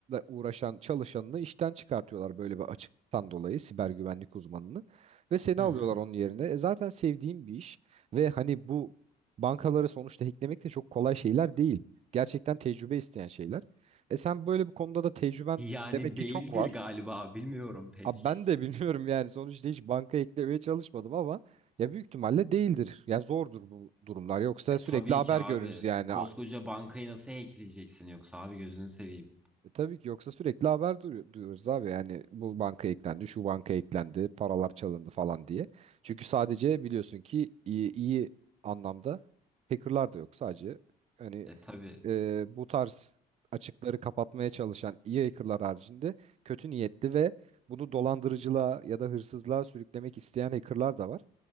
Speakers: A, on the right; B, in the centre.
A: uğraşan çalışanını işten çıkartıyorlar böyle bir açıktan dolayı siber güvenlik uzmanını ve seni
B: Hı
A: alıyorlar
B: hı.
A: onun yerine. E, zaten sevdiğim bir iş ve hani bu bankaları sonuçta hacklemek de çok kolay şeyler değil. Gerçekten tecrübe isteyen şeyler. E sen böyle bir konuda da tecrüben
B: Yani
A: Demek ki
B: değildir
A: çok var.
B: galiba bilmiyorum pek.
A: Abi ben de <laughs> bilmiyorum yani sonuçta hiç banka eklemeye çalışmadım ama ya büyük ihtimalle değildir. Ya zordur bu durumlar. Yoksa
B: E,
A: sürekli
B: tabii
A: haber
B: ki abi.
A: görürüz yani.
B: Koskoca
A: A-
B: bankayı nasıl hackleyeceksin yoksa abi gözünü seveyim.
A: E tabii ki yoksa sürekli haber duyu- duyuyoruz abi yani bu banka eklendi, şu banka eklendi, paralar çalındı falan diye. Çünkü sadece biliyorsun ki iyi, iyi anlamda hackerlar da yok. Sadece hani
B: E tabii.
A: e, bu tarz açıkları kapatmaya çalışan iyi hackerlar haricinde kötü niyetli ve bunu dolandırıcılığa ya da hırsızlığa sürüklemek isteyen hackerlar da var.